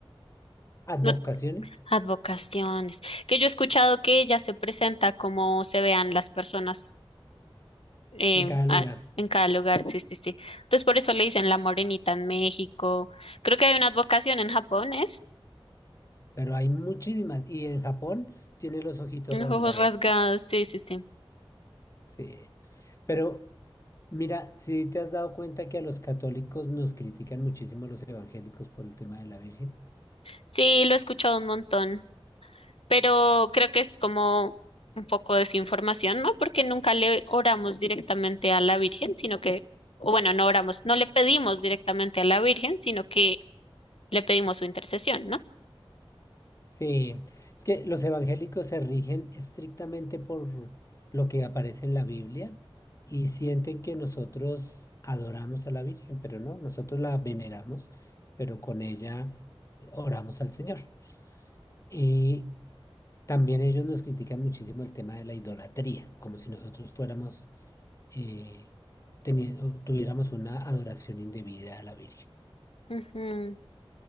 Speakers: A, on the left; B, on the left.
A: advocaciones
B: No, advocaciones. Que yo he escuchado que ella se presenta como se vean las personas eh,
A: en cada
B: a-
A: lugar,
B: en cada lugar. Sí, sí, sí. Entonces por eso le dicen la morenita en México. Creo que hay una advocación en Japón, ¿es?
A: pero hay muchísimas y en Japón tiene los ojitos
B: Los
A: rasgados.
B: ojos rasgados. Sí, sí, sí.
A: Sí. Pero mira, si te has dado cuenta que a los católicos nos critican muchísimo los evangélicos por el tema de la Virgen.
B: Sí, lo he escuchado un montón. pero creo que es como un poco desinformación, ¿no? Porque nunca le oramos directamente a la Virgen, sino que, o bueno, no oramos, no le pedimos directamente a la Virgen, sino que le pedimos su intercesión, ¿no?
A: Sí, es que los evangélicos se rigen estrictamente por lo que aparece en la Biblia y sienten que nosotros adoramos a la Virgen, pero no, nosotros la veneramos, pero con ella eh, oramos al Señor. Y también ellos nos critican muchísimo el tema de la idolatría, como si nosotros fuéramos eh, teniendo, tuviéramos una adoración indebida a la Virgen.
B: Ujú.